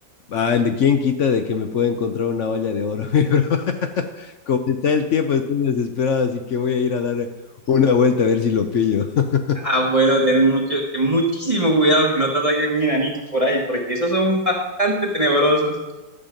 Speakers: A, on the left; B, on the right.
A: Ah, ¿de quién quita de que me pueda encontrar una olla de oro, <laughs> mi bro? Como está el tiempo, estoy desesperado, así que voy a ir a dar una vuelta a ver si lo pillo. <laughs>
B: ah, bueno, ten mucho, ten muchísimo cuidado que no te ataquen un enanito por ahí, porque esos son bastante tenebrosos.